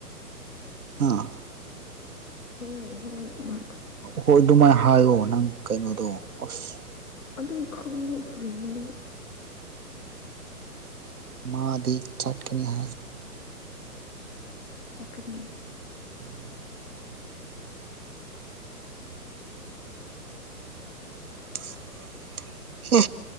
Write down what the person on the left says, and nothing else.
ꯑꯣ ꯍꯣꯏ ꯍꯣꯏ ꯃꯥ
ꯑꯗꯨꯝ ꯈꯪꯉꯨꯈ꯭ꯔꯤꯅꯨ
ꯆꯀꯠꯅꯤ